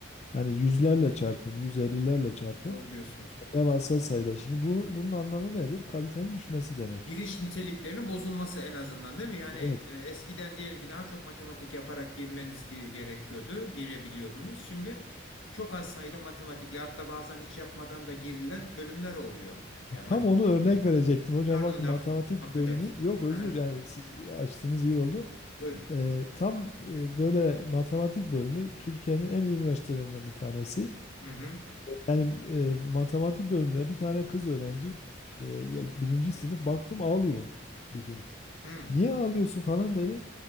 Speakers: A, on the left (about 35°); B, on the left (about 85°).
A: Hani yüzlerle çarpın, 150'lerle çarpın.
B: doğru diyorsunuz.
A: Devasa sayıda. Şimdi bu bunun anlamı nedir? Kalitenin düşmesi demek.
B: giriş niteliklerinin bozulması en azından değil mi? Yani
A: Evet.
B: e, eskiden diyelim ki daha çok matematik yaparak girmeniz ge- gerekiyordu, girebiliyordunuz. Şimdi çok az sayıda matematikle hatta bazen hiç yapmadan da girilen bölümler oluyor. Yani
A: Tam
B: matematik.
A: onu örnek verecektim. Hocam
B: Pardon
A: bakın
B: laf,
A: matematik
B: affedersiniz.
A: bölümü yok özür
B: Aha,
A: yani siz açtınız iyi oldu.
B: buyurun.
A: Ee, tam e, böyle matematik bölümü Türkiye'nin en iyi üniversitelerinden bir tanesi.
B: Hı hı.
A: Yani e, matematik bölümüne bir tane kız öğrenci e, ya- birinci sınıf baktım ağlıyor bir gün.
B: Hı.
A: Niye ağlıyorsun falan dedim.